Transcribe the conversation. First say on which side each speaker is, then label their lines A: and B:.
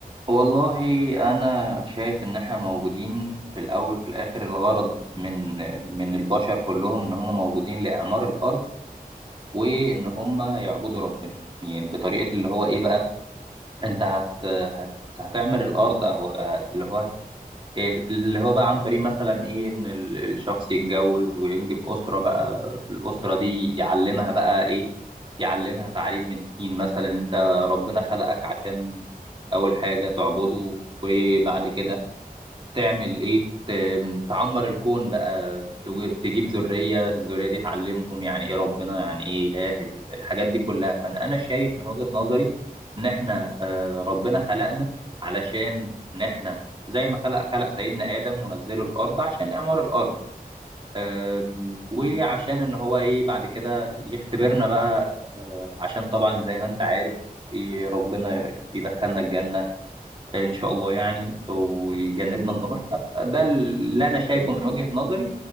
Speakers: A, on the right; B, on the right.
A: والله أنا شايف إن إحنا موجودين في الأول وفي الآخر الغرض من من البشر كلهم إن هم موجودين لإعمار الأرض وإن هم يعبدوا ربنا يعني بطريقة اللي هو إيه بقى أنت هت هت هتعمر الأرض أو اللي هو إيه اللي هو بقى عن طريق مثلا ايه ان ال- الشخص يتجوز وينجب اسره بقى الاسره دي يعلمها بقى ايه يعلمها تعليم من الدين مثلا انت ربنا خلقك عشان اول حاجه تعبده وبعد كده تعمل ايه ت- تعمر الكون بقى تو- تجيب ذرية الذرية دي تعلمهم يعني ايه ربنا يعني ايه اله ال- الحاجات دي كلها فانا شايف من وجهة نظري ان احنا آه، ربنا خلقنا علشان ان احنا زي ما خلق خلق سيدنا آدم ونزله الأرض عشان إعمار الأرض أم، وعشان
B: مم.
A: إن هو إيه بعد كده يختبرنا بقى آه، عشان طبعا زي ما أنت عارف إيه ربنا يدخلنا الجنة ان شاء الله يعني ويجنبنا
B: ان شاء
A: النار
B: الله
A: ده اللي انا شايفه
B: يا
A: من
B: رب
A: وجهة نظري